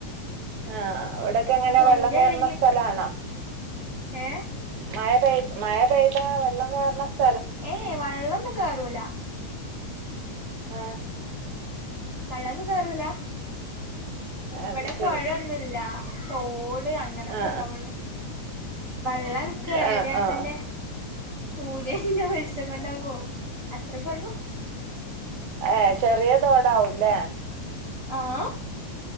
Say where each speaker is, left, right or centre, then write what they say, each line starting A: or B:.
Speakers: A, on the right (about 75°); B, on the right (about 25°).
A: ആഹ് അവടെ ക്കെങ്ങനെ
B: സൂര്യ
A: വെള്ളം കേറണ
B: അല്ലെങ്കിൽ
A: സ്ഥലാണോ
B: ഏ
A: മഴെ പെയ് മഴ പെയ്താ വെള്ളം കേറണ സ്
B: ഏയ് വള്ളൊന്നും കേറൂല
A: ആ
B: വെള്ളൊന്നും കേറൂല ഇവടെ
A: അത് ശരി
B: പൊഴയൊന്നുല്ല തോട് അങ്ങനൊക്കെ
A: ആ
B: ഇണ്ടാവൊള്ളു വെള്ളം കേറിയാ
A: ആ ആ
B: തന്നെ
A: ആ
B: സൂര്യന്റെ വെളിച്ചം കൊണ്ടത് പോവും അത്രക്കൊള്ളു
A: ഏഹ് ചെറിയ തോടാവൂല്ലേ
B: ആഹ